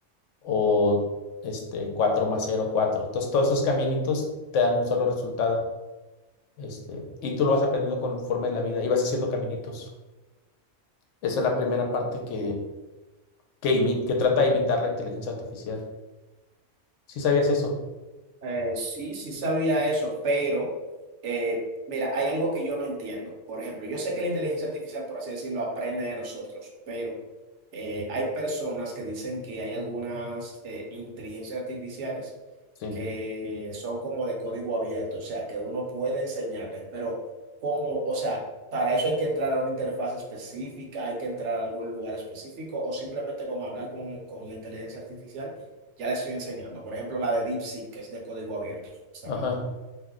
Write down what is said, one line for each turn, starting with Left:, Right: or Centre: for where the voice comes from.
Left: o este, 4 más cero, cuatro. Entonces todos esos caminitos te dan un solo resultado. Este, y tú lo vas aprendiendo conforme en la vida y vas haciendo caminitos. Esa es la primera parte que, que, imi- que trata de imitar la inteligencia artificial. Sí sabías eso.
Right: Eh, sí, sí sabía eso, pero eh, mira, hay algo que yo no entiendo. Por ejemplo, yo sé que la inteligencia artificial, por así decirlo, aprende de nosotros, pero eh, hay personas que dicen que hay algunas eh, inteligencias artificiales
Left: Sí.
Right: que son como de código abierto, o sea, que uno puede enseñarles, pero ¿cómo? O sea, para eso hay que entrar a una interfaz específica, hay que entrar a algún lugar específico o simplemente con hablar con, con la inteligencia artificial ya le estoy enseñando. Por ejemplo, la de DeepSeek, que es de código abierto, supuestamente.
Left: Ajá.